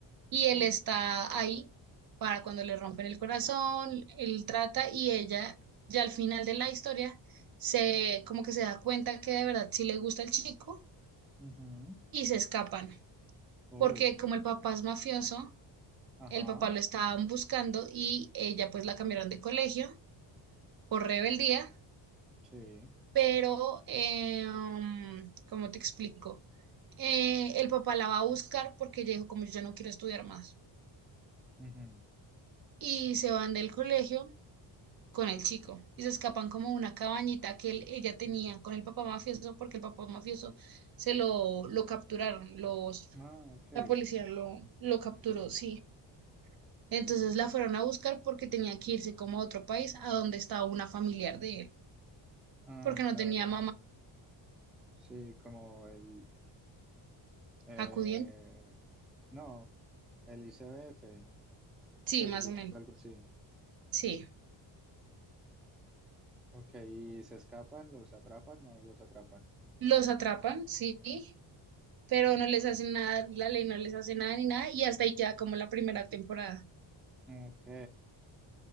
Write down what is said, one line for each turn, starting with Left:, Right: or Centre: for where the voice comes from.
Right: y él está ahí para cuando le rompen el corazón, él trata y ella ya al final de la historia se como que se da cuenta que de verdad sí le gusta el chico
Centre: ujú.
Right: y se escapan,
Centre: Uy.
Right: porque como el papá es mafioso,
Centre: Ajá.
Right: el papá lo estaban buscando y ella pues la cambiaron de colegio por rebeldía,
Centre: Sí.
Right: pero como ¿cómo te explico? Eh, el papá la va a buscar porque ella dijo como yo ya no quiero estudiar más
Centre: Ujú.
Right: y se van del colegio con el chico y se escapan como a una cabañita que él- ella tenía con el papá mafioso porque el papá mafioso se lo, lo capturaron, los,
Centre: Ah, ok.
Right: la policía lo, lo capturó,
Centre: Sí.
Right: sí. Entonces la fueron a buscar porque tenía que irse como a otro país a donde estaba una familiar de él,
Centre: Ah,
Right: porque
Centre: claro.
Right: no tenía mamá
Centre: Sí, como el... eh,
Right: acudiendo.
Centre: no, el ICBF.
Right: Sí,
Centre: Pues
Right: más
Centre: digamos
Right: o menos,
Centre: algo así.
Right: sí.
Centre: Ok, ¿y se escapan? ¿Los atrapan? ¿No los atrapan?
Right: Los atrapan, sí, pero no les hacen nada, la ley no les hace nada ni nada y hasta ahí queda como la primera temporada.
Centre: Ok.